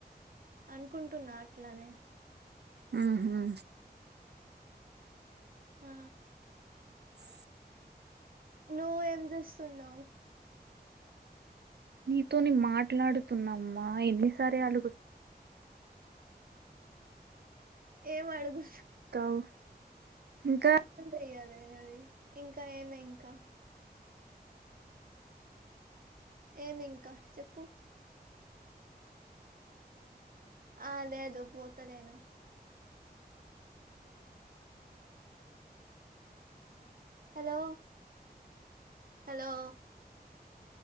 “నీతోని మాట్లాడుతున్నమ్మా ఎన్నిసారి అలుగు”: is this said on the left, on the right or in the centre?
Right